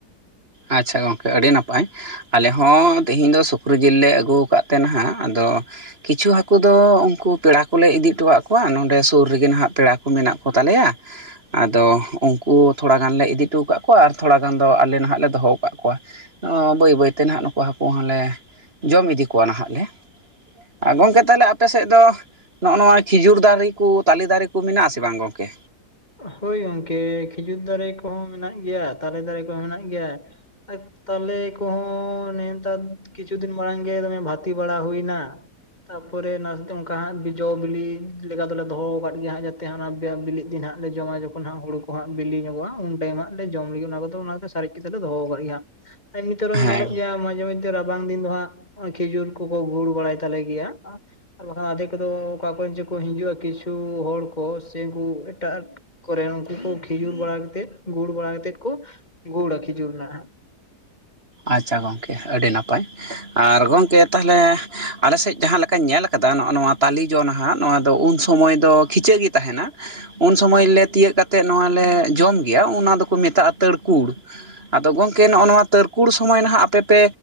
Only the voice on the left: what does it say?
ᱦᱳᱭ ᱜᱚᱝᱠᱮ ᱠᱷᱤᱡᱩᱨ ᱫᱟᱨᱮ ᱠᱚᱦᱚᱸ ᱢᱮᱱᱟᱜ ᱜᱮᱭᱟ ᱛᱟᱞᱮ ᱫᱟᱨᱮ ᱠᱚᱦᱚᱸ ᱢᱮᱱᱟᱜ ᱜᱮᱭᱟ <unintelligible> ᱛᱟᱦᱚᱞᱮ ᱠᱚᱦᱚᱸ ᱱᱮᱛᱟᱨ ᱠᱤᱪᱷᱩ ᱫᱤᱱ ᱢᱟᱲᱟᱝ ᱜᱮ ᱫᱚᱢᱮ ᱵᱷᱟᱛᱤ ᱵᱟᱲᱟ ᱦᱩᱭᱱᱟ ᱛᱟᱯᱚᱨᱮ ᱱᱟᱥᱛᱮ ᱚᱱᱠᱟ ᱦᱟᱸᱜ ᱵᱤᱡᱚ ᱵᱤᱞᱤ ᱞᱮᱠᱟ ᱫᱚᱞᱮ ᱫᱚᱦᱚ ᱟᱠᱟᱫ ᱜᱮᱭᱟ ᱦᱟᱸᱜ ᱡᱟᱛᱮ ᱚᱱᱟ ᱵᱤᱞᱤ ᱫᱤᱱ ᱦᱟᱸᱜ ᱞᱮ ᱡᱚᱢᱟ ᱡᱚᱠᱷᱚᱱ ᱦᱟᱸ ᱦᱩᱲᱩ ᱠᱚ ᱦᱟᱜ ᱵᱤᱞ ᱧᱚᱜᱚᱜ-ᱟ ᱩᱱ ᱴᱟᱭᱤᱢ ᱦᱟᱜ ᱞᱮ ᱡᱚᱢ ᱞᱮ ᱚᱱᱟ ᱠᱚᱫᱚ ᱚᱱᱟ ᱥᱟᱨᱮᱡ ᱠᱟᱛᱮᱞ ᱞᱮ ᱫᱚᱦᱚ ᱠᱟᱜ ᱜᱮᱭᱟ ᱦᱟᱸᱜ ᱟᱭᱤᱛᱚᱨᱮᱦᱚ
ᱧᱮᱞᱚᱜᱮᱭᱟ ᱢᱟᱪᱷᱮ ᱢᱚᱫᱽᱫᱷᱮ ᱨᱟ ᱨᱟᱵᱟᱝ ᱫᱤᱱ ᱫᱚ ᱦᱟᱸᱜ ᱠᱷᱤᱡᱩᱨ ᱠᱚᱠᱚ ᱜᱩᱲ ᱵᱟᱲᱟᱭ ᱛᱟᱞᱮ ᱜᱮᱭᱟ ᱟᱨ ᱵᱟᱠᱷᱟᱱ ᱟᱫᱷᱮ ᱠᱚᱫᱚ ᱚᱠᱟ ᱠᱚᱨᱮᱱ ᱡᱮ ᱠᱚ ᱦᱤᱡᱩᱜ-ᱟ ᱠᱤᱪᱷᱩ ᱦᱚᱲ ᱠᱚ ᱥᱮ ᱩᱱᱠᱩ ᱴᱟᱜ ᱠᱚᱨᱮ ᱩᱱᱠᱩ ᱠᱚ ᱠᱷᱤᱡᱩᱨ ᱵᱟᱲᱟ ᱠᱟᱛᱮᱫ ᱜᱩᱲ ᱵᱟᱲᱟ ᱠᱟᱛᱮᱫ ᱠᱚ ᱜᱩᱲ-ᱟ ᱠᱷᱤᱪᱩᱨ ᱨᱮᱱᱟᱜ